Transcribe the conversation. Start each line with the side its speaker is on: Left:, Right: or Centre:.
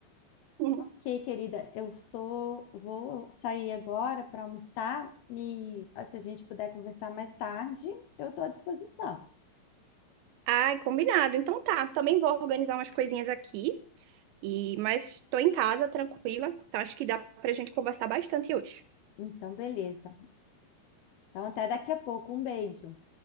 Right: Uhum.
Left: Ok, querida, eu estou, vou sair agora para almoçar e ah, se a gente puder conversar mais tarde, eu estou à disposição.
Right: Ai, combinado. Então tá, também vou organizar umas coisinhas aqui. E, mas estou em casa, tranquila. Então acho que dá pra gente conversar bastante hoje.
Left: Então, beleza. Então, até daqui a pouco. Um beijo.